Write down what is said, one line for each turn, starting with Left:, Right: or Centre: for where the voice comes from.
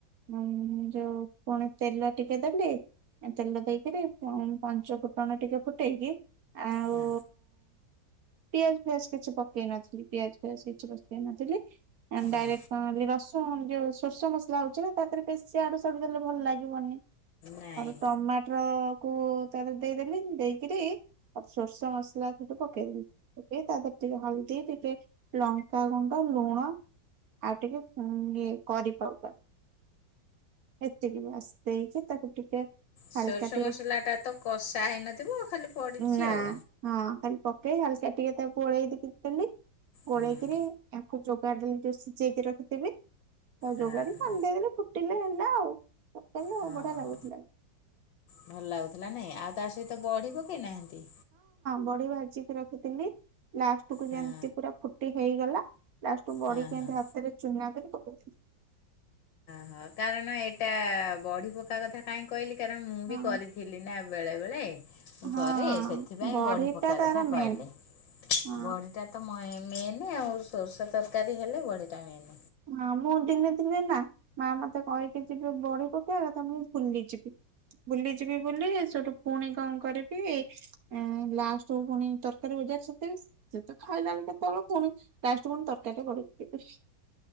Right: ହଁ ଯୋଉ ପୁଣି ତେଲ ଟିକେ ଦେଲି ତେଲ ଦେଇକିରି ପଞ୍ଚ ଫୁଟଣ ଟିକେ ଫୁ ଫୁଟେଇକି ଆଉ
Left: ହଁ
Right: ପିଆଜ ପିଆଜ କିଛି ପକେଇ ନଥିଲି ପିଆଜ ପିଆଜ କିଛି ପକେଇ ନଥିଲି ଆ ଡାଇରେକ୍ଟ୍
Left: ନା
Right: କଣ ର ରୁଣ ଯୋଉ ସୋର୍ଷ ମସଲା ହଉଚି ନା ତା ଦେହରେ ବେଶି ଆଡୁ ଶାଡୁ ଦେଲେ ଭଲ ଲାଗିବନି।
Left: ନାଇଁ।
Right: ଆଉ ଟମାଟର କୁ ତାର ଦେଇଦେଲି ଦେଇକରି ସୋର୍ଷ ମସଲା ସେଠୁ ପକେଇଦଲି ପକେଇ ତା ଦେରେ ଟିକେ ହଳଦୀ ଟିକେ ଲଙ୍କାଗୁଣ୍ଡ ଲୁଣ ଆଉ ଟିକେ ଉଁ ଇଏ କରିପାଉବାର। ଏତିକି ବାସ୍ ଦେଇଚି ତାକୁ ଟିକେ
Left: ସୋରଷ
Right: ହାଲକା ଟିକେ
Left: ମସଲା ଟା ତ କଷା ହେଇନଥିବ ଖାଲି ପଡ଼ିଛି
Right: ନା
Left: ଆଉ।
Right: ହଁ ଖାଲି ପକେଇ ଖାଲକା ଟିକେ ତାକୁ। <unintelligible> ଗୋଳେଇକିରି
Left: ହୁଁ।
Right: ଆକୁ ଯୋଗାଡ଼ ଦେଲି ସିଜେଇ କି ରଖିଥିବି। ତା
Left: ଆ
Right: ଯୋଗାଡି
Left: ହା
Right: ଖଣ୍ଡେଇ ଦେଲେ ଫୁଟିଲେ ହେଲା ଆଉ, ପକେଇଲେ
Left: ହଁ
Right: ବଢିଆ ଲାଗୁଥିଲା।
Left: ଭଲ ଲାଗୁଥିଲା ନାଇଁ। ଆଉ ତା ସହିତ ବଡି ପକେଇ ନାହାନ୍ତି?
Right: ବଡି ଭାଜିିକି ରଖିଥିଲି। ଲାଷ୍ଟ କୁ
Left: ହଁ
Right: ଯେମତି ପୁରା ଫୁଟି ହେଇଗଲା ଲାଷ୍ଟ କ ବଡି
Left: ହଁ
Right: କୁ ଏମିତି
Left: ହଁ
Right: ହାତରେ ଚୁନା କରିକି ପକେଇଦେବେ।
Left: ହଁ କାରଣ ଏଇଟା ବଡି ପକା କଥା କାହିଁକି କହିଲି କାରଣ ମୁଁ
Right: ହଁ
Left: ବି କରିଥିଲି ନା। ବେଳେ ବେଳେ
Right: ହଁ
Left: କରେ ସେଥିପାଇଁ
Right: ବଢିଟା
Left: ବଡି ପକେଇବା
Right: ତାର
Left: କଥା
Right: ମେନ୍
Left: କହିଲି।
Right: ହଁ
Left: ବଡି ଟା ତ ମ ଏ ମେନ୍ ଆଉ ସୋର୍ଷ ତରକାରୀ ହେଲେ ବଢିଟା ମେନ୍।
Right: ମା ମୁଁ ଦିନେ ଦିନେ ନା ମା ମତେ କହେକି ଯିବି ବଢ ପକେଇଆ କଥା ମୁଁ ଭୁଲି ଯିବି। ବୁଲି ଯିବି ବୋଲି ସେଠୁ ପୁଣି କଣ କରିବି ଲାଷ୍ଟ କୁ ପୁଣି ତରକାରୀ ଓ <unintelligible> ସେତ ଖାଇଲା ବେଳେ କେତେବେଳ ପୁଣି ଲାଷ୍ଟ ପୁଣି ତରକାରୀ କରିବି।